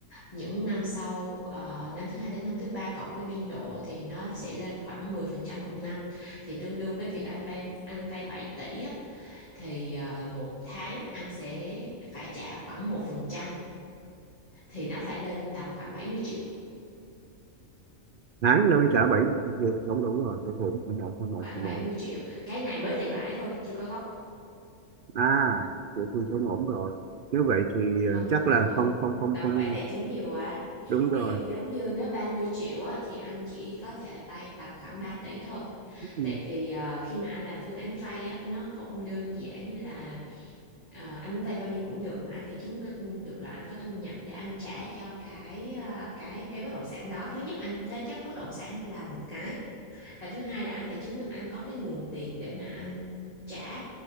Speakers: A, on the left; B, on the right.
A: những năm sau ờ, năm thứ hai đến năm thứ ba cộng với biên độ thì nó sẽ lên khoảng 10% một năm thì tương đương với việc anh vay anh vay 7 tỷ á, thì ờ, một tháng anh sẽ phải trả khoảng một phần trăm thì nó phải lên tầm khoảng bảy mươi triệu
B: tháng đâu trả bảy vậy thì không đủ rồi không ổn không ổn không ổn
A: khoảng
B: không
A: bảy
B: ổn
A: mươi triệu cái này mới tiền lãi thôi chưa có gốc
B: à vậy thì không ổn rồi nếu vậy thì ờ,
A: không
B: chắc
A: không
B: là
A: ổn
B: không không không
A: đòn
B: không
A: bẩy tài chính nhiều quá
B: đúng rồi
A: ví dụ giống như nếu 30 triệu á, thì anh chỉ có thể vay tầm khoảng 3 tỷ thôi
B: ừ.
A: tại vì ờ, khi mà anh làm phương án vay á, nó không đơn giản là ờ, anh muốn vay bao nhiêu cũng được mà anh phải chứng minh được là anh có thu nhập để anh trả cho cái ờ, cái cái bất động sản đó thứ nhất anh thế chấp bất động sản là một cái và thứ hai là anh phải chứng minh anh có cái nguồn tiền để mà anh trả